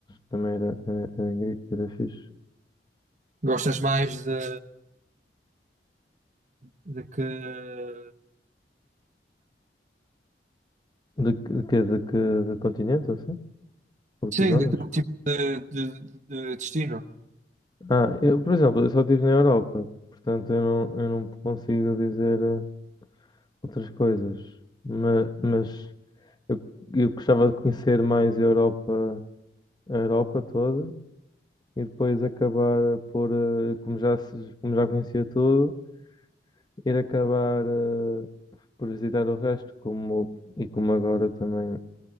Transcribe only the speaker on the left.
também era, era, era, engri- era fixe.
De, que- de, que, de, que, de continente, ou assim? Ou de
que zonas?
Ah, eu, por exemplo, eu só estive na Europa, portanto eu não, eu não consigo dizer. eh, outras coisas. Ma- Mas, eu, eu gostava de conhecer mais a Europa, a Europa toda e depois acabar por, eh, como já, se- como já conhecia tudo, ir acabar eh, por visitar o resto, como, e como agora também